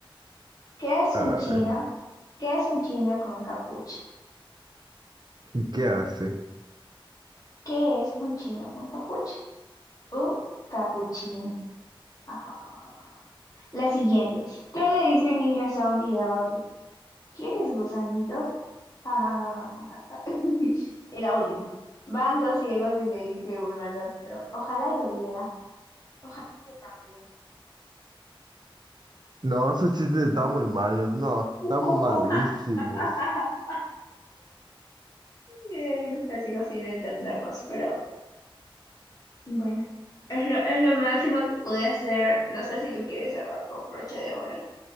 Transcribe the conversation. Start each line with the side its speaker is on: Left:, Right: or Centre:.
Left: ¿Qué es
Right: A
Left: un chino?
Right: ver,
Left: ¿Qué es un chino con capucha?
Right: ¿y ¿qué hace?
Left: ¿Qué es un chino con capucha? Un capuchino. Ja, ja, ja, ja. La siguiente. ¿Qué le dice un niño zombie a otro? ¿Quieres gusanitos? Ja, ja, ja, ja, ja, ja, ja. <laughs> Y la última. Van dos ciegos y le dice uno al otro. Ojalá lloviera. Ojalá yo también.
Right: No,
Left: <laughs>
Right: esos chistes
Left: Tun, tun,
Right: están muy malos. No, están
Left: tun.
Right: malísimos.
Left: <laughs> Y Hay algunos que sigo sin entenderlos, pero bueno. Es lo, es lo máximo que pude hacer. No sé si tú quieres cerrar con broche de oro.